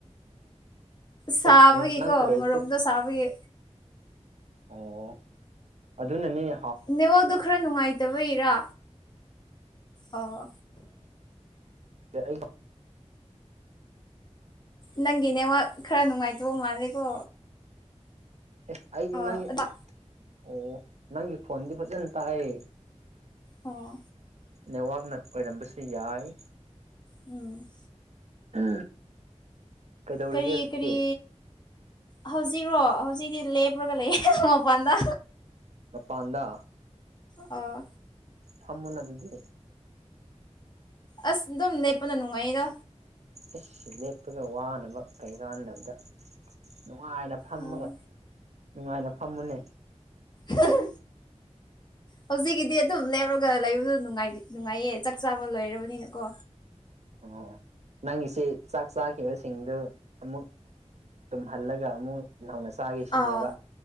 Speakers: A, on the left; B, on the right.
A: ꯁꯥꯕꯒꯤꯀꯣ
B: ꯑꯦ ꯅꯪ ꯊꯔꯣꯏ
A: ꯃꯣꯔꯣꯛꯗꯣ
B: ꯆꯨꯞ
A: ꯁꯥꯕꯒꯤ
B: ꯑꯣ ꯑꯗꯨꯅꯅꯦ
A: ꯅꯦꯠꯋꯥꯛꯗꯣ ꯈꯔ ꯅꯨꯡꯉꯥꯏꯇꯕ ꯏꯔꯥ ꯑꯣ
B: ꯑꯩꯅ
A: ꯅꯪꯒꯤꯅꯦ ꯋꯥ ꯈꯔ ꯅꯨꯡꯉꯥꯏꯇꯧꯕ ꯃꯥꯜꯂꯦꯀꯣ
B: ꯑꯦꯁ ꯑꯩꯗꯤ
A: ꯑꯣ
B: ꯅꯪꯒꯤ
A: ꯑꯗ
B: ꯑꯣ ꯅꯪꯒꯤ ꯐꯣꯟꯗꯤ ꯐꯖꯅ ꯇꯥꯛ
A: ꯑꯣ
B: ꯅꯦꯠꯋꯥꯛꯅ ꯑꯣꯏꯔꯝꯕꯁꯨ ꯌꯥꯏ
A: ꯎꯝ
B: ꯎ ꯀꯩꯗꯧꯔꯤꯒꯦ
A: ꯀꯔꯤ
B: ꯍꯧꯖꯤꯛꯇꯤ
A: ꯀꯔꯤ ꯍꯧꯖꯤꯛꯔꯣ ꯍꯧꯖꯤꯛꯤ ꯂꯦꯞꯄ꯭ꯔꯒ ꯂꯩꯦ ꯃꯄꯥꯟꯗ
B: ꯃꯄꯥꯟꯗ
A: ꯑꯣ
B: ꯐꯃꯟ ꯑꯗꯨꯗꯤ
A: ꯑꯁ ꯑꯗꯨꯝ ꯂꯦꯞꯄꯅ ꯅꯨꯡꯉꯥꯏꯗ
B: ꯏꯁ ꯂꯦꯞꯄꯒ ꯋꯥꯅꯕ ꯀꯩ ꯀꯥꯟꯗꯕꯗ ꯅꯨꯡꯉꯥꯏꯅ ꯐꯝꯃꯒ
A: ꯑꯣ
B: ꯅꯨꯡꯉꯥꯏꯅ ꯐꯝꯃꯨꯅꯦ
A: ꯍꯍꯍ ꯍꯧꯖꯤꯛꯀꯤꯗꯤ ꯑꯗꯨꯝ ꯂꯦꯞꯄꯒ ꯂꯩꯕꯗꯨ ꯅꯨꯡꯉꯥꯏꯌꯦ ꯆꯥꯛ ꯆꯥꯕ ꯂꯣꯏꯔꯕꯅꯤꯅꯀꯣ
B: ꯑꯣ ꯑꯣ ꯅꯪꯒꯤꯁꯤ ꯆꯥꯛ ꯆꯥꯈꯤꯕꯁꯤꯡꯗꯨ ꯑꯃꯨꯛ ꯇ ꯍꯜꯂꯒ ꯑꯃꯨ ꯇꯥꯒꯦꯁꯤꯅꯦꯕ
A: ꯑꯥ